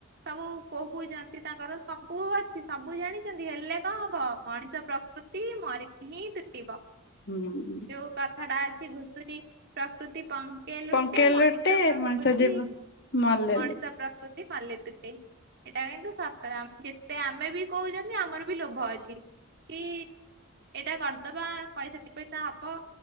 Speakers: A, on the right (about 50°); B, on the left (about 50°).
A: ସବୁ କହୁଛନ୍ତି ତାଙ୍କର ସବୁ ଅଛି ସବୁ ଜାଣିଛନ୍ତି ହେଲେ ବ ମଣିସ ପ୍ରକୃତି ମରିଲେ ହିଁ ତୁଟି ବ।
B: ହୁଁ।
A: ଯୋଉ କଥା ଟା ଅଛି ଘୁଷୁରୀ ପ୍ରକୃତି ପଙ୍କେ ଲୁଟେ
B: ପଙ୍କେଲଟେ
A: ମଣିଷ ପ୍ରକୃତି
B: ମଣିଷ ଜୀବ ମଲେଲି
A: ମଣିସ ପ୍ରକୃତି ମଲେ ତୁଟେ। ଏଇଟା କିନ୍ତୁ ସତ ଯେତେ ଆମେ ବି କହୁଛନ୍ତି ଆମର ବି ଲୋଭ ଅଛି। କି ଏଇଟା କରିଦବା ପଇସା ଦି ପଇସା ହବ।